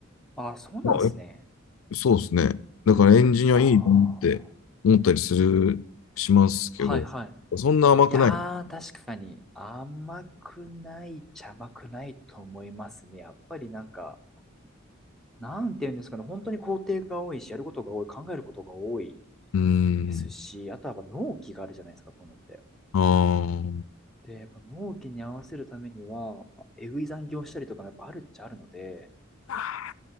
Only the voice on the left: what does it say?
まあそうですね。だからエンジニアいいなって思ったりする、
しますけど、
そんな甘くない。
うん。
ああ、
あ